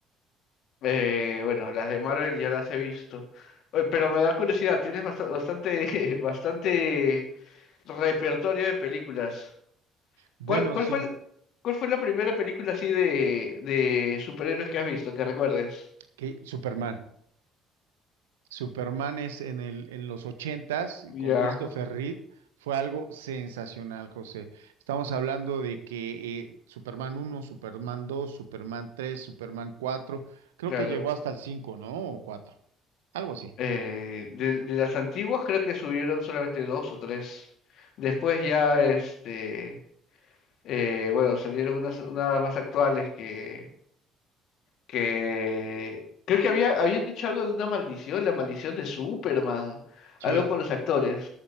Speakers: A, on the left; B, on the right.
A: Eh, bueno, las de Marvel ya las he visto. Oye, pero me da curiosidad, tienes bast- bastante, <laughs> bastante repertorio de películas.
B: Bueno,
A: ¿Cuál, cuál
B: sí,
A: fue el- cuál fue la primera película así de, de superhéroes que has visto, que recuerdes?
B: que Superman. Superman es en el, en los ochentas eh,
A: Ya,
B: con Christopher Reeve. Fue algo sensacional, José. Estamos hablando de que eh, Superman uno Superman 2 Superman 3 Superman 4 creo
A: claro.
B: que llegó hasta el cinco ¿no? O 4 algo así.
A: Eh, de, de las antiguas creo que subieron solamente dos o tres. Después ya, este, eh, bueno, salieron unas, unas más actuales que, que creo que había, habían dicho algo de una maldición, la maldición de Superman,
B: Sí.
A: algo con los actores.